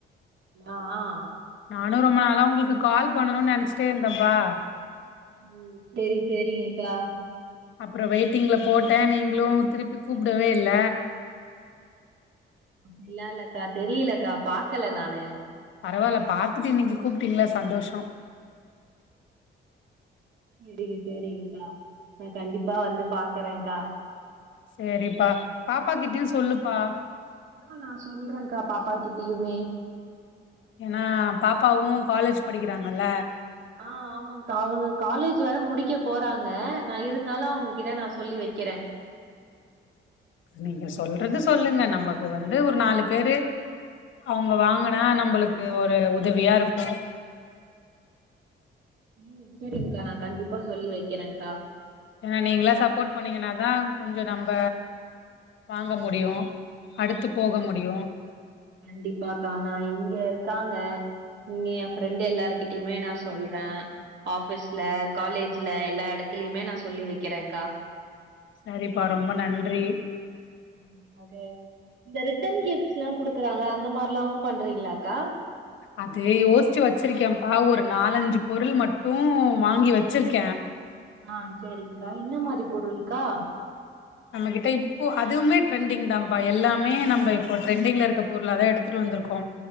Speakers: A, on the right; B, on the left.
A: ஆ ஆ
B: நானு ரொம்ப நாளா உங்களுக்கு கால் பண்ணணும்னு நெனைச்சுட்டே இருந்தப்பா
A: ம் செரி செரிங்க கா
B: அப்ற வெயிட்டிங்ல போட்ட நீங்களு திருப்பி கூப்டவே இல்ல
A: அப்டில்லா இல்லக்கா தெரியலக்கா பாக்கல நானு
B: பரவாயில்ல பாத்துட்டு இன்னைக்கு கூப்பிட்டீங்களா சந்தோசோ
A: செரிங்க செரிங்க்கா நா கண்டிப்பா வந்து பாக்குறேகா
B: செரிப்பா பாப்பா கிட்டுயு சொல்லுப்பா
A: ஆ நா சொல்றகா பாப்பா கிட்டயுமே
B: ஏன்னா பாப்பாவு காலேஜ் படிக்கிறாங்கல்ல
A: ஆ ஆமாக்கா அவங்க காலேஜ் வேற முடிக்க போறாங்க நா இருந்தாலு அவங்ககிட்ட நா சொல்லி வைக்கிறே
B: நீங்க சொல்றது சொல்லுங்க நமக்கு வந்து ஒரு நாலு பேரு அவங்க வாங்கனா நம்மளுக்கு ஒரு உதவியா இருக்கு
A: ம் செரிங் கா நா கண்டிப்பா சொல்லி வைக்கிறேகா
B: ஏன்னா நீங்களா சப்போர்ட் பண்ணீங்கன்னாதா கொஞ்ச நம்ம வாங்க முடியு அடுத்து போக முடியு
A: கண்டிப்பா கா ஆனா இங்க இருக்காங்க இங்க என் ஃப்ரெண்டு் எல்லாருகிட்டயுமே நா சொல்ற ஆஃபீஸ்ல காலேஜ்ல எல்லா எடத்துலயுமே நா சொல்லி வைக்கிறேகா
B: சரிப்பா ரொம்ப நன்றி
A: கண்டிப்பாக இந்த ரிட்டன் கிஃப்ட்ஸ்ல்லா குடுக்குறாங்கள அந்த மாதிரில்லாவும் பண்றீங்களாக்கா
B: அதே யோசிச்சு வச்சிருக்கேன்ப்பா ஒரு நாலஞ்சு பொருள் மட்டு வாங்கி வச்சிருக்க
A: ஆ செரிங்கா என்ன மாரி பொருள்கா
B: நம்மகிட்ட இப்போ அதுவுமே ட்ரெண்டிங் தான்ப்பா எல்லாமே நம்மப
A: ம்
B: இப்போ டரெண்டிங்ல இருக்க பொருளாதா எடுத்துட்டு வந்திருக்கோ